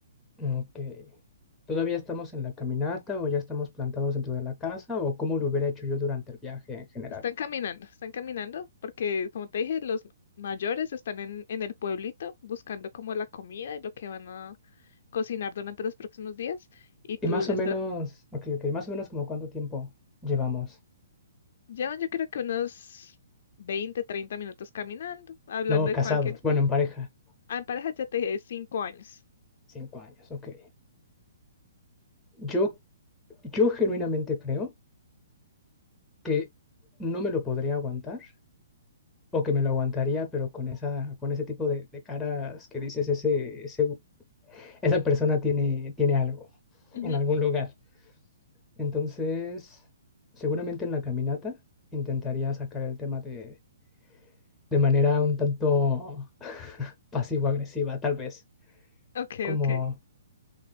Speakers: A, in the centre; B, on the left.
A: Ok. ¿Todavía estamos en la caminata o ya estamos plantados dentro de la casa o cómo lo hubiera hecho yo durante el viaje en general?
B: Están caminando, están caminando, porque como te dije, los mayores están en, en el pueblito buscando como la comida y lo que van a cocinar durante los próximos días y tú
A: Y más
B: les
A: o menos,
B: das,
A: ok, ok, más o menos como cuánto tiempo llevamos.
B: llevan yo creo que unos 20, 30 minutos caminando, hablando
A: No,
B: de
A: casados,
B: cualquier...
A: bueno, en pareja.
B: Ah, en pareja ya te dije, cinco años.
A: Cinco años, ok. Yo, yo genuinamente creo que no me lo podría aguantar o que me lo aguantaría, pero con esa, con ese tipo de, de caras que dices, ese, ese- esa persona tiene, tiene algo
B: Ujú.
A: en algún lugar. Entonces, seguramente en la caminata intentaría sacar el tema de, de manera un tanto pasivo-agresiva, tal vez,
B: Okay,
A: como
B: okay.